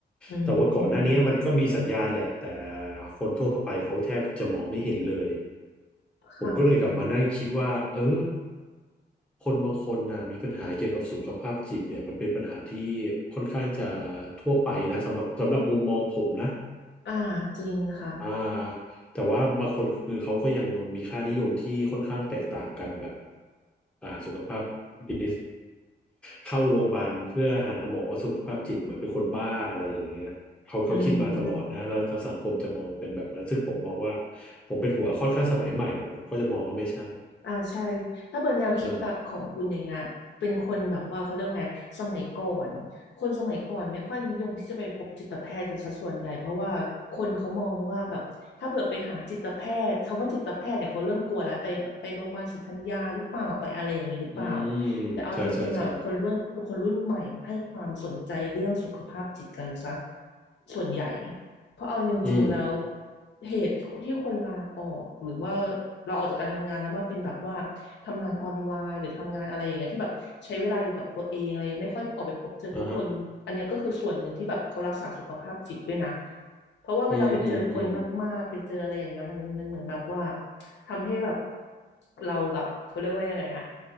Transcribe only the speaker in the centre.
แต่ว่าก่อนหน้านี้มันก็มีสัญญาณแหละแต่คนทั่วไปเขาแทบจะมองไม่เห็นเลย
ผมก็เลยกลับมานั่งคิดว่าเออคนบางคนนะมีปัญหาเกี่ยวกับสุขภาพจิตเนี่ยมันเป็นปัญหาที่ค่อนข้างจะทั่วไปนะสำหรับสำหรับมุมมองผมนะ
อ่าแต่ว่าบางคนคือเขาก็ยังมีค่านิยมที่ค่อนข้างแตกต่างกันแบบอ่าสุขภาพดีเข้าโรงพยาบาลเพื่อหาหมอสุขภาพจิตเหมือนเป็นคนบ้าอะไรอย่างเงี้ยเขาเขาคิดมาตลอดนะแล้วทางสังคมจะมองเป็นแบบนั้นซึ่งผมมองว่า
ผมเป็นหัวค่อนข้างสมัยใหม่หน่อยผมก็จะมองว่าไม่ใช่
อ่าอืม
ใช่ใช่ใช่
อืม
อ่าฮะ
อืมอืมอืม